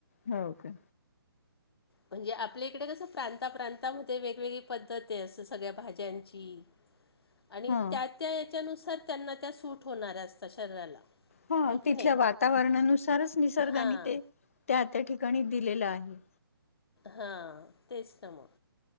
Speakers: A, on the left; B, on the left.
A: हो का
B: म्हणजे आपल्या इकडे कसं प्रांता प्रांता आतामध्ये वेगवेगळी पद्धती असतं सगळ्या भाज्यांची आणि
A: हा
B: त्यात त्या याच्यानुसार त्यांना त्या सूट होणाऱ्या असतात शरीराला
A: हा
B: हो
A: तिथल्या
B: की नाही
A: वातावरणानुसारच निसर्गाने
B: हां
A: ते त्या त्या ठिकाणी दिलेलं आहे.
B: हा तेच ना मग